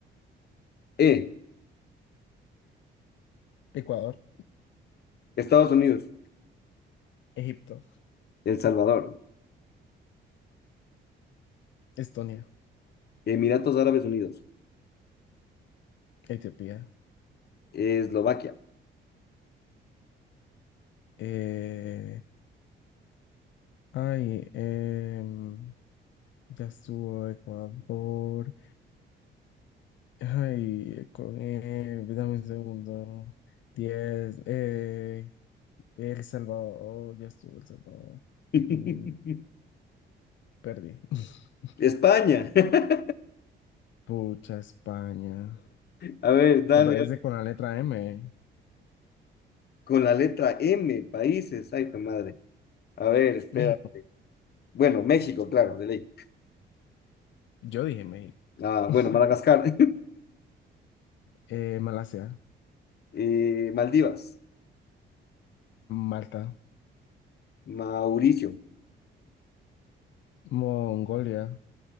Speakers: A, on the left; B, on the left.
A: E.
B: Ecuador,
A: Estados Unidos,
B: Egipto,
A: El Salvador,
B: Estonia,
A: Emiratos Árabes Unidos,
B: Etiopía.
A: Eslovaquia,
B: Eh, ay, em, ya estuvo Ecuador. Ay, con, eh, dame un segundo. 10. eh, El Salvador, ya estuvo El Salvador.
A: <laughs>
B: Mm, perdí. <laughs>
A: España. <laughs>
B: Pucha, España.
A: A ver, dale,
B: ¿Te parece con la letra M?
A: con la letra M, países. Ay, qué madre. A ver, espera.
B: México.
A: Bueno, México, claro, de ley.
B: Yo dije México.
A: Ah,
B: <laughs>
A: bueno, Madagascar, <laughs>
B: Eh, Malasia,
A: Eh, Maldivas,
B: Malta,
A: Mauricio,
B: Mongolia.